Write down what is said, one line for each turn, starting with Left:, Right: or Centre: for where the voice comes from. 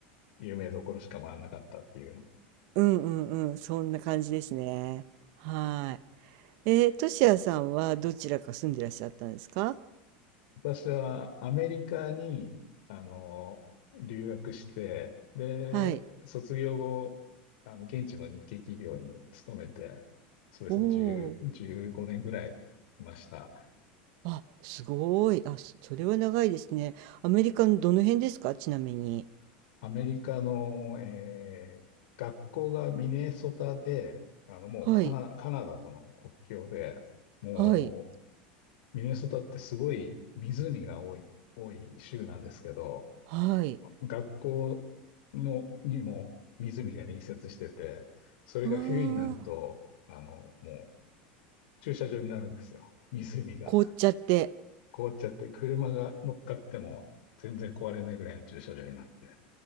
Left: 有名どころしか回らなかったっていうの。
Right: うんうんうんそんな感じですねはいえー、としやさんはどちらか住んでらっしゃったんですか
Left: 私はアメリカに、あの、留学して、で、
Right: はい
Left: 卒業後、あの、現地の日系企業に勤めて、そうですね、
Right: おお
Left: 10、15年ぐらいいました。
Right: あ、すごい。あ、そそれは長いですね。アメリカのどの辺ですかちなみに。
Left: アメリカの、えー学校がミネソタで、あの、もうカナ、
Right: はい、
Left: カナダとの国境で、も
Right: はい、
Left: う、ミネソタってすごい湖が多い、多い州なんですけど、
Right: はい。
Left: 学校のにも湖が隣接してて、それが冬になると、
Right: わあ、
Left: あの、もう駐車場になるんですよ。湖が
Right: 凍っちゃって。
Left: 凍っちゃって、車が乗っかっても全然壊れないぐらいの駐車場になって。